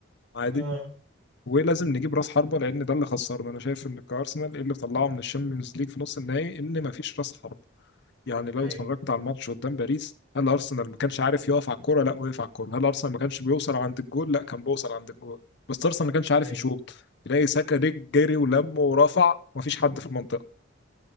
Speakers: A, on the left (about 60°); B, on the right (about 75°).
A: عادي
B: اه
A: ولازم نجيب راس حربة لان ده اللي خسرنا انا شايف ان كارسنال إيه اللي طلعه من الشامبيونز ليج في نص النهائي ان مفيش راس حربة يعني لو
B: ايوه
A: اتفرجت على الماتش قدام باريس هل ارسنال ما كانش عارف يقف على الكوره لا وقف على الكوره هل ارسنال ما كانش بيوصل عند الجول لا كان بيوصل عند الجول بس ارسنال ما كانش عارف
B: ايوه
A: يشوط تلاقي ساكا رج- جري ولم ورفع ومفيش حد في المنطقه